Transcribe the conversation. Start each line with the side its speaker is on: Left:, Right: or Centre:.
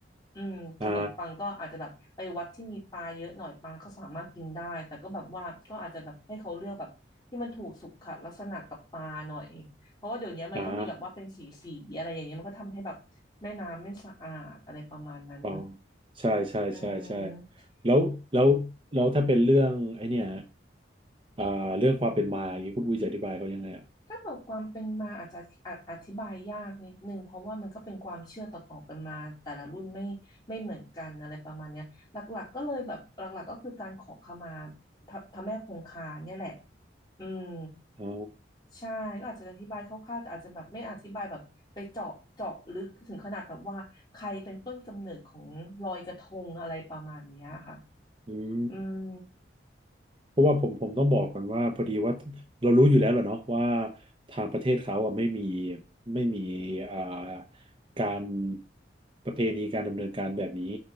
Left: อืมขนมปังก็อาจจะแบบไปวัดที่มีปลาเยอะหน่อยปลาก็สามารถกินได้แต่ก็แบบว่าก็อาจจะแบบให้เขาเลือกแบบที่มันถูกสุขลักษณะกับปลาหน่อยเพราะว่าเดี๋ยวนี้มันก็มีแบบว่าเป็นสีสีอะไรอย่างเงี้ยมันก็ทำให้แบบแม่น้ำไม่สะอาดอะไรประมาณนั้น
Right: <laughs> อ่าอ่า อ๋อใช่ใช่ใช่ใช่
Left: อืม
Right: แล้วแล้วแล้วถ้าเป็นเรื่องไอ้เนี่ยอ่าเรื่องความเป็นมาอย่างนี้คุณอุ้ยจะอธิบายเขายังไงอ่ะ
Left: ถ้าเกิดความเป็นมาอาจจะออธิบายยากนิดนึงเพราะว่ามันก็เป็นความเชื่อต่อๆกันมาแต่ละรุ่นไม่ไม่เหมือนกันอะไรประมาณเนี้ยหลักๆก็เลยแบบหลักๆก็คือการขอขมาพระพระแม่คงคาเนี่ยแหละอืม
Right: อ๋อ
Left: ใช่ก็อาจจะอธิบายคร่าวๆแต่อาจจะแบบไม่อธิบายแบบไปเจาะเจาะลึกถึงขนาดแบบว่าใครเป็นต้นกำเนิดของลอยกระทงอะไรประมาณเนี้ยค่ะ
Right: อืม
Left: อืม
Right: เพราะว่าผมผมต้องบอกก่อนว่าพอดีว่าเรารู้อยู่แล้วแหละเนาะว่าทางประเทศเขาอ่ะไม่มีไม่มีอ่าการประเพณีการดำเนินการแบบนี้